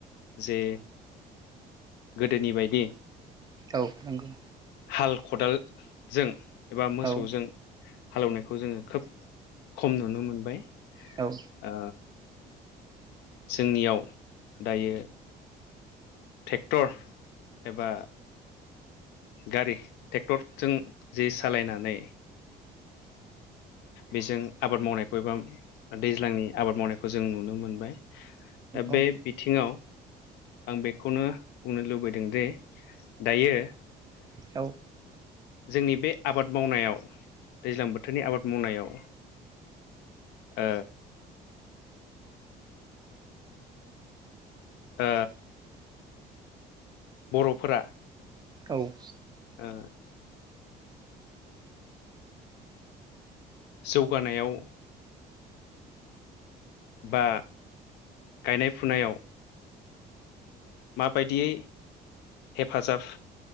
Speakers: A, on the left; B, on the right.
A: जे गोदोनि बायदि
B: औ नंगौ।
A: हाल खदाल जों एबा मोसौजों
B: औ
A: हालौनायखौ जोङो खोब खम नुनो मोनबाय।
B: औ
A: ओ जोंनियाव दायो टेक्टर एबा गारि टेक्टरजों जे सालायनानै बेजों आबाद मावनायखौ एबा दैज्लांनि आबाद मावनायखौ जों नुनो मोनबाय। दा बे
B: औ
A: बिथिङाव आं बेखौनो बुंनो लुबैदों दे दायो
B: औ
A: जोंनि बे आबाद मावनायाव दैज्लां बोथोरनि आबाद मावनायाव ओ ओ बर'फोरा
B: औ
A: ओ जौगानायाव बा गायनाय फुनायाव मा बायदियै हेफाजाब